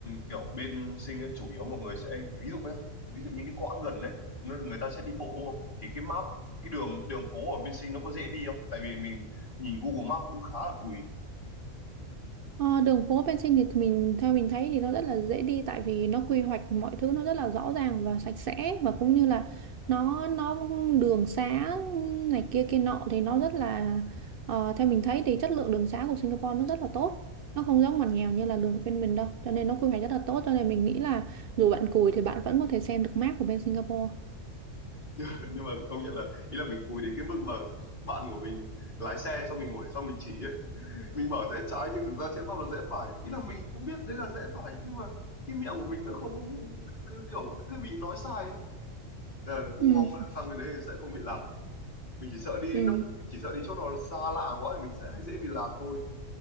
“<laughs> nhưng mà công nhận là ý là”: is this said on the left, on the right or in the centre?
Left